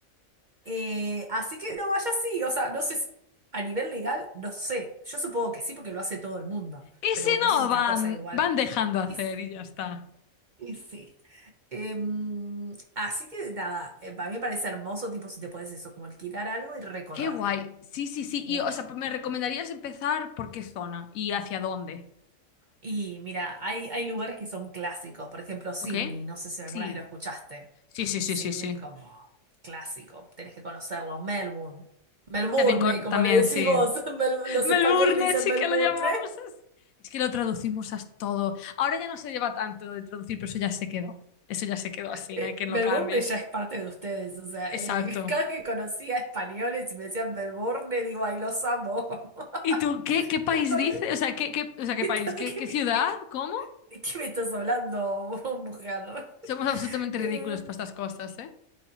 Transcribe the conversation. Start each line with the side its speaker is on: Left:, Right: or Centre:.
Right: Eh, así que no, vaya sí, o sea, no sé, si- a nivel legal, no sé, yo supongo que sí porque lo hace todo el mundo,
Left: Ese
Right: pero bueno,
Left: no
Right: eso es otra
Left: van,
Right: cosa igual.
Left: van dejando hacer
Right: Y, s-
Left: y ya está.
Right: y sí. Em, así que nada, eh, para mí me parece hermoso, tipo, si te puedes eso, como alquilar algo y recorrer
Left: Qué guay. Sí, sí, sí. Y,
Right: mucho.
Left: o sea, ¿me recomendarías empezar por qué zona y hacia dónde?
Right: Y mira, hay, hay lugares que son clásicos, por ejemplo, Sydney,
Left: ¿Ok?
Right: no sé si alguna
Left: Sí.
Right: vez lo escuchaste.
Left: Sí, sí, sí,
Right: Sydney
Left: sí, sí.
Right: es como clásico, tenés que conocerlo. Melbourne, Melbourne,
Left: Está bien con-
Right: como
Left: también,
Right: le decís
Left: sí.
Right: vos, <laughs> Mel- los
Left: Melbourne,
Right: españoles le dicen
Left: sí
Right: Melbourne.
Left: que lo llamamos así. Es que lo traducimos a todo. Ahora ya no se lleva tanto lo de traducir, pero eso ya se quedó. Eso ya se quedó así,
Right: Eh,
Left: no hay quien
Right: Melbourne
Left: lo cambie.
Right: ya es parte de ustedes, o sea,
Left: Exacto.
Right: eh, <laughs> cada vez que conocía españoles y me decían Melbourne, digo, ay, los amo.
Left: ¿Y tú qué,
Right: <laughs>
Left: qué país
Right: Me parece-
Left: dices? O sea, ¿qué, qué- o sea, ¿qué
Right: ¿qué
Left: país?
Right: tal-
Left: ¿Qué,
Right: ¿De qué
Left: qué
Right: me,
Left: ciudad?
Right: de qué-
Left: ¿Cómo?
Right: de qué me estás hablando, <laughs> mujer?
Left: Somos absolutamente
Right: Eh,
Left: ridículos para estas cosas, ¿eh?